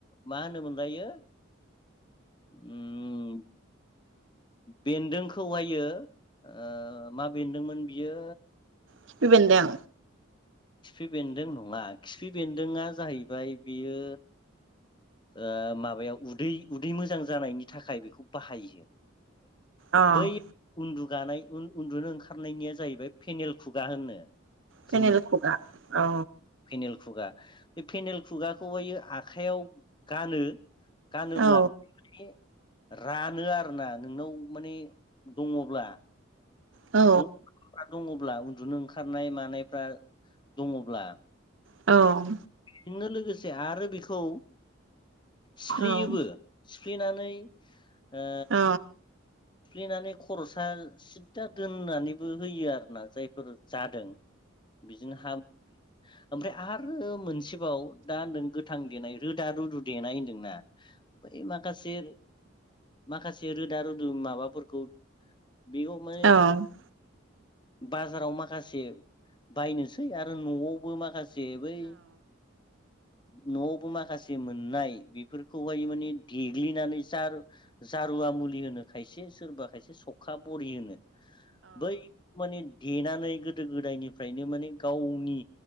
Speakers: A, on the left; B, on the right.
A: मा होनो मोनलायो उम बेन्दोंखौ हायो ओ मा बेन्दोंमोन बियो
B: खिफि बेन्दों
A: खिफि बेन्दों नङा खिफि बेन्दोंआ जाहैबाय बेयो ओ माबायाव उदै उदै मोजां जानायनि थाखाय बेखौ बाहायो।
B: अ
A: बै उन्दु गानाय उन उन्दुनो ओंखारनायनिया जाहैबाय फेनेल खुगा होनो।
B: फेनेल
A: जोंनि
B: खुगा औ।
A: फेनेल खुगा बे फेनेल खुगाखौहायो आखाइयाव गानो। गानोब्ला
B: औ
A: माने रानो आरो ना नोंनाव माने दङब्ला
B: औ।
A: ज' दङब्ला उन्दुनो ओंखारनाय मानायफ्रा दङब्ला
B: औ।
A: जोंनो लोगोसे आरो बेखौ सिफ्लियोबो
B: औ
A: सिफ्लेनानै ओ।
B: औ
A: सिफ्लेनानै खरसा सिद दा दोननानैबो होयो आरो ना जायफोर जादों। बिजोंनो हामो ओमफ्राय आरो मोनसेबाव दा होनदों गोथां देनाय रोदा रुदु देनाय होन्दोंना बै माखासे माखासे रोदा रुदु माबाफोरखौ बेयाव माने
B: औ <inaudible>
A: बाजाराव माखासे बायनोसै आरो न'आवबो माखा से बै न'वावबो माखासे मोननाय बेफोरखौहाय माने देग्लिनानै जार-जारुवा मुलि होनो खायसे सोरबा खायसे सखा बरि होनो। बै मानिन देनानै गोदो गोदायनिफ्रायनो माने गावनि